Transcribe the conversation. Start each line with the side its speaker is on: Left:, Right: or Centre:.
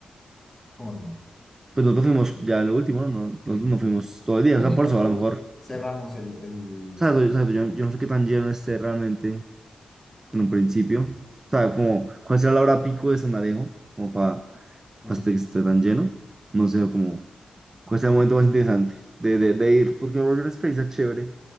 Centre: ¿cómo así?
Right: Pues nosotros fuimos ya lo último, ¿no? No,
Centre: Sí,
Right: no,
Centre: sí.
Right: no fuimos todo el día,
Centre: Y
Right: o sea, por
Centre: nosotros
Right: eso a lo mejor,
Centre: cerramos el, el
Right: ¿sabes?
Centre: examen,
Right: Yo, ¿sabes? Yo, yo no sé qué tan lleno esté realmente en un principio, ¿sabes? Como, ¿cuál será la hora pico de San Alejo? Como para,
Centre: sí.
Right: para que esté tan lleno, no sé, como... Cuál es el momento más interesante de, de, de ir, porque va a volver una experiencia chévere.